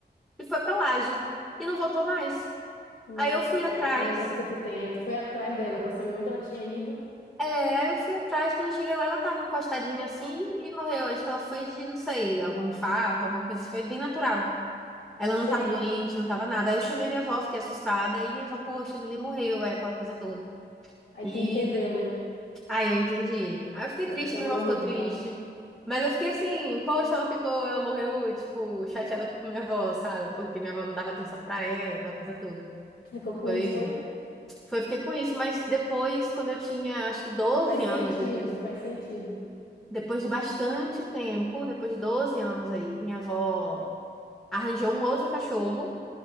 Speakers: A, in the centre; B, on the left.
A: e foi para laje, e não voltou mais.
B: Nossa,
A: Aí, eu fui
B: é
A: atrás.
B: essa lembrança que tu tem. Aí tu foi atrás dela pra saber onde ela tinha ido.
A: É, aí eu fui atrás, quando eu cheguei lá, ela tava encostadinha assim e morreu. Acho que ela foi de, não sei, algum infarto, alguma coisa. assim. Foi bem natural. Ela
B: Sei.
A: não tava doente, não tava nada. Aí eu chamei minha avó, fiquei assustada. E minha avó, poxa, Lili morreu, é aquela coisa toda.
B: Aí
A: E
B: tu entendeu,
A: de-
B: né?
A: aí eu entendi. Aí eu fiquei
B: Que
A: triste,
B: ela tinha
A: minha
B: morrido
A: avó ficou triste.
B: e tal.
A: Mas eu fiquei assim, poxa, ela ficou, ela morreu, tipo, chateada com minha avó, sabe? Porque minha avó não dava atenção pra ela, aquela coisa toda.
B: Tu ficou com
A: Foi,
B: isso, foi?
A: foi, eu fiquei com isso. Mas depois, quando eu tinha, acho que doze
B: Faz sentido,
A: anos depois.
B: faz sentido.
A: Depois de bastante tempo, depois de 12 anos aí, minha avó arranjou um outro cachorro.